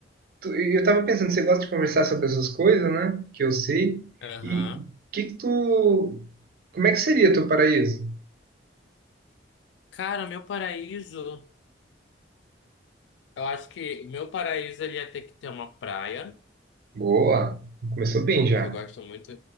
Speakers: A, on the right; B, on the left.
A: tu- e eu tava pensando, você gosta de conversar sobre essas coisas, né? Que eu sei.
B: aham.
A: E o que que tu. Como é que seria teu paraíso?
B: Cara, meu paraíso. Eu acho que meu paraíso ele ia ter que ter uma praia,
A: Boa, começou bem
B: porque
A: já.
B: eu gosto muito,